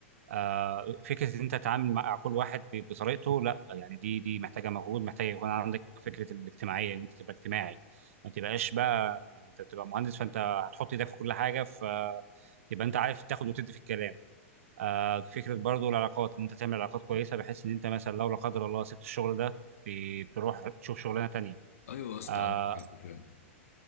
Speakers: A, on the right; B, on the left.
A: آه، فكره ان انت تتعامل مع كل واحد ب- بطريقته لا يعني دي دي محتاجه مجهود محتاجه يكون عندك فكره الاجتماعيه ان انت تبقى اجتماعي ما تبقاش بقى يعني انت بتبقى مهندس فانت هتحط ايدك في كل حاجه فتبقى انت عارف تاخد وتدي في الكلام آه، فكره برضو العلاقات ان انت تعمل علاقات كويسه بحيث ان انت مثلا لو لا قدر الله سبت الشغل ده بتروح تشوف شغلانه تانيه
B: ايوه يا اسطى
A: آه،
B: عندك حق فعلا.